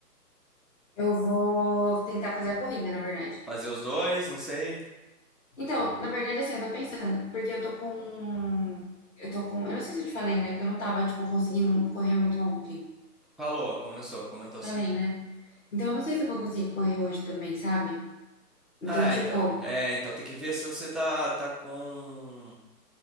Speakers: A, on the left; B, in the centre.
A: Eu vou tentar fazer a corrida, na verdade.
B: Fazer os dois, não sei.
A: Então, na verdade, assim, eu tô pensando, porque eu tô com. Eu tô com. Eu não sei se eu te falei, né? Que eu não tava, tipo, conseguindo correr muito ontem.
B: Falou, começou, comentou assim.
A: Falei, né? Então, eu não sei se eu vou conseguir correr hoje também, sabe? Então,
B: Ah,
A: tipo.
B: então. É, então tem que ver se você tá, tá com.